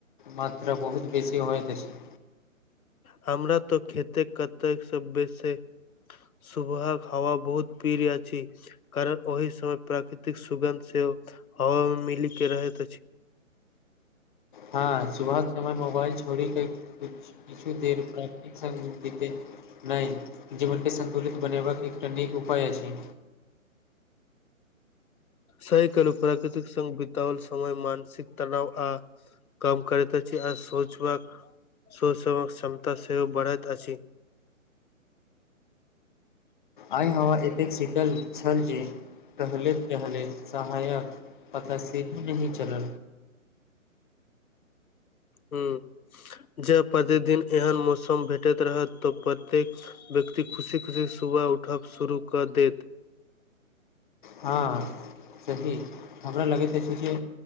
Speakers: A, on the left; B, on the left.
A: मात्रा बहुत बेसी होइत अछि
B: हमरा तो खेते कतेक से बैस सुभहक हवा बहुत पीर अछी कारण ओहि समय प्राकृतिक सुगन्ध सेओ हवा मे मिली के रहैत अछि
A: हँ सुबह समय मोबाइल छोड़ी के किछु देर प्राकृतिक संग बितैत नहि जीवनके सन्तुलित बनेयबाक एकटा नीक उपाय अछि
B: सही कहलौप्राकृतिक संग बिताओल समय मानसिक तानाव आ कम करैत अछि आ सोचबाक सोचक क्षमता सेहो बढ़ैत अछि
A: आइ न एतेक सिटल छल जे टहलैत टहलैत सहायक पता सीधी नहि चल
B: ह्म जब प्रतिदिन एहन मौसम भेटैत रहत तऽ प्रत्येक व्यक्ति खुशी खुशी सुबह उठब शुरू कऽ देत
A: हँ सही हमरा लगैत अछि जे